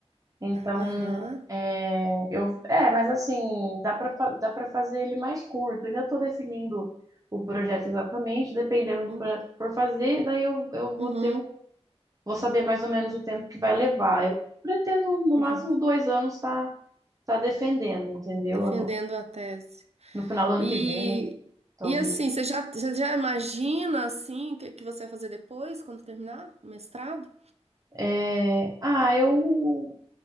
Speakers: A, on the right; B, on the right.
A: Então,
B: Aham,
A: é, eu, é, mas assim, dá para dá para fazer ele mais curto. Ainda estou definindo o projeto exatamente, dependendo do
B: Uhum,
A: projeto que for fazer, daí eu, eu vou
B: uhum,
A: ter o Vou saber mais ou menos o tempo que vai levar. Eu pretendo, no
B: uhum.
A: máximo, dois anos estar tá, tá defendendo, entendeu?
B: Defendendo
A: Ano-
B: a tese.
A: no final do ano
B: E,
A: que vem, talvez.
B: e assim, você já, você já imagina assim o que, que você vai fazer depois, quando terminar o mestrado?
A: É, ah, eu,